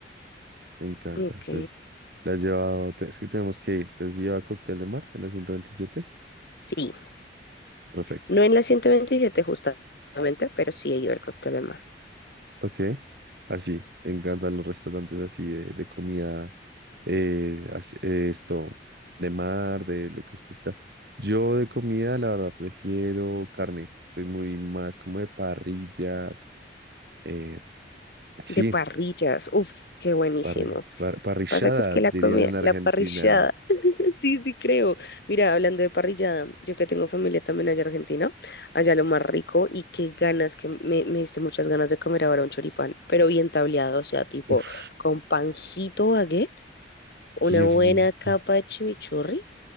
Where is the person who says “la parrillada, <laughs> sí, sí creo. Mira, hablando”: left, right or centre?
Left